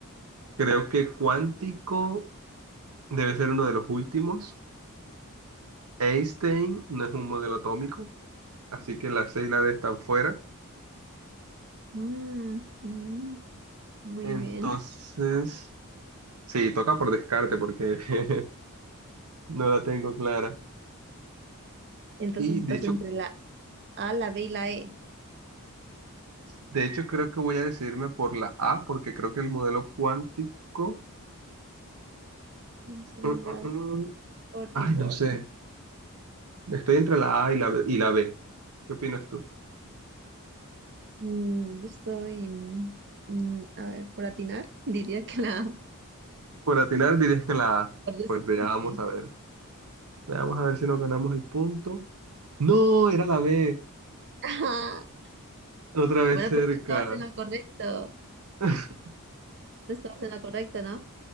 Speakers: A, on the right; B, on the right.
A: creo que cuántico debe ser uno de los últimos. Einstein no es un modelo atómico, así que la C y la D están fuera.
B: mm, mm, muy
A: Entonces,
B: bien.
A: sí, toca por descarte porque <laughs> no la tengo clara.
B: Entonces
A: Y
B: estás
A: de hecho,
B: entre la A, la B y la E.
A: De hecho, creo que voy a decidirme por la A, porque creo que el modelo cuántico...
B: Thompson,
A: mm,
B: Dalton
A: mm, mm, Ay,
B: y Bohr.
A: no sé. Estoy entre la A y la B, y la B. ¿Qué opinas tú?
B: Mm, yo estoy, mm, mm, a ver, por atinar, diría que la A,
A: Por atinar dirías que la A.
B: por des-
A: Pues veamos
B: sí.
A: a ver. Veamos a ver si nos ganamos el punto. No, era la B.
B: <laughs>
A: Otra vez
B: Bueno,
A: cerca.
B: pero tú estabas en lo correcto.
A: <laughs>
B: Tú estabas en lo correcto, ¿no?